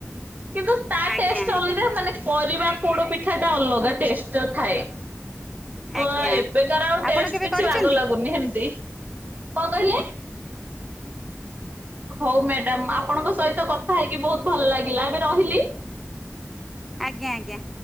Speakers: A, on the right; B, in the centre.
A: କିନ୍ତୁ ତା
B: ଆଜ୍ଞା
A: ଟେଷ୍ଟ
B: ଆଜ୍ଞା
A: ଅଲଗା ମାନେ କରିବା ପୋଡ ପିଠା ସେଟା ଅଲଗା ଟେଷ୍ଟ ଥାଏ। ହଁ
B: ଆଜ୍ଞା
A: ଏବେକାର ଆଉ ଟେଷ୍ଟ
B: ଆପଣ କେବେ
A: କିଛି
B: କରିଛନ୍ତି?
A: ଆଗ ଲାଗୁନି ସେମତି। କଣ କହିଲେ। ହଉ ମ୍ୟାଡ଼ାମ୍ ଆପଣଙ୍କ ସହିତ କଥା ହେଇକି ବହୁତ ଭଲ ଲାଗିଲା ଏବେ ରହିଲି।
B: ଆଜ୍ଞା ଆଜ୍ଞା।